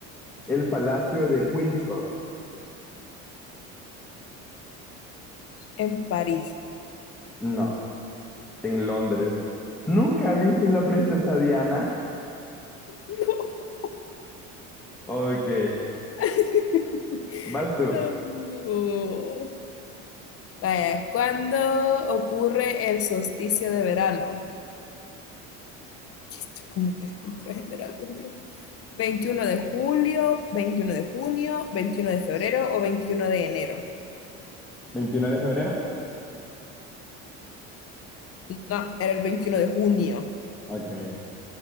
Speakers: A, in the centre; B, on the left.
A: El Palacio de Windsor.
B: En París.
A: No, en Londres. ¿Nunca viste la princesa Diana?
B: No.
A: Ok.
B: <laughs>
A: Vas tú.
B: Ay, no. Vaya, ¿cuándo ocurre el solsticio de verano? Esto es como que es cultura general, Dios mío. Veintiuno de julio, 21 de junio, 21 de febrero o 21 de enero?
A: ¿Veintiuno de febrero.
B: No, era el veintiuno de junio.
A: Ok.